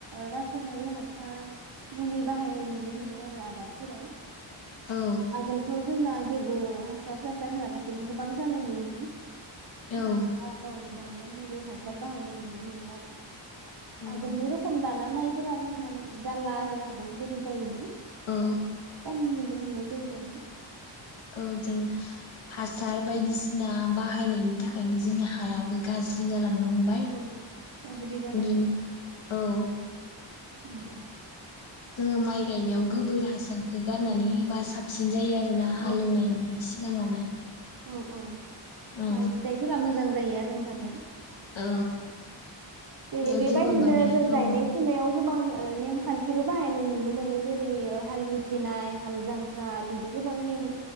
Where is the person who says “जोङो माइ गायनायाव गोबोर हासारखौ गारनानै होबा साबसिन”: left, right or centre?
Left